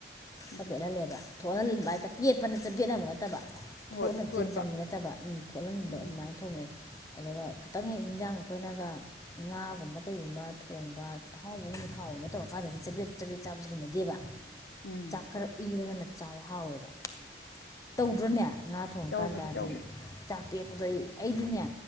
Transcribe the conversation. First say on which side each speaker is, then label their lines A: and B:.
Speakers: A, on the left (about 65°); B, on the left (about 20°).
A: ꯎꯝ
B: ꯈ
A: ꯎꯝ
B: ꯄꯦꯠꯍꯜꯂꯦꯕ ꯊꯣꯛꯍꯟꯟꯕ ꯍꯥꯏꯦ ꯄꯦꯠꯄ ꯅꯠꯇꯕꯦꯠꯅꯕ ꯅꯠꯇꯕ
A: ꯍꯣꯏ
B: ꯊꯣꯠꯅ
A: ꯊꯣꯠꯄ
B: ꯆꯦꯡ ꯆꯪꯕ ꯅꯠꯇꯕ ꯎꯝ ꯊꯣꯠꯍꯟꯕ
A: ꯎꯝ
B: ꯑꯗꯨꯃꯥꯏꯅ ꯊꯣꯡꯉꯦ ꯑꯗꯨꯒ ꯈꯇꯪ ꯍꯦꯛ ꯌꯦꯟꯖꯥꯡ ꯑꯩꯈꯣꯏꯅꯒ ꯉꯥꯒꯨꯝꯕ ꯀꯩꯒꯨꯝꯕ ꯊꯣꯡꯕ ꯑꯍꯥꯎꯕꯒꯨꯝꯕ ꯊꯥꯎ ꯑ ꯃꯇꯧ ꯃꯀꯥꯟꯗꯗꯤ ꯆꯕꯦꯠ ꯆꯄꯦꯠ ꯆꯥꯕꯖꯦ ꯍꯩꯅꯗꯦꯕ
A: ꯎꯝ
B: ꯆꯥꯛ ꯈꯔ ꯎꯏꯔꯒꯅ ꯆꯥꯕ ꯍꯥꯎꯋꯦꯕ ꯇꯧꯗ꯭ꯔꯅꯦ ꯉꯥ ꯊꯣꯡꯉꯀꯥꯟꯗ
A: ꯇꯧꯕꯅꯤ
B: ꯍꯥꯏꯗꯤ
A: ꯇꯧꯕꯅꯤ
B: ꯆꯥꯛ ꯄꯦꯠꯄꯗꯣ ꯑꯩ ꯑꯩꯗꯤꯅꯦ